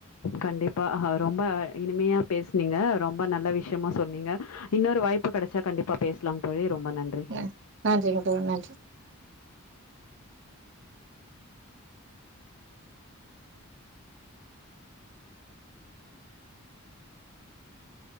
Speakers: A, on the left; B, on the right.
A: கண்டிப்பா அ ரொம்ப இனிமையா பேஸ்னீங்க ரொம்ப நல்ல விஷயமா சொன்னீங்க இன்னொரு வாய்ப்பு கெடைச்சா கண்டிப்பா பேசலா தோழி ரொம்ப நன்றி
B: ஆ நன்றி மிக்க நன்றி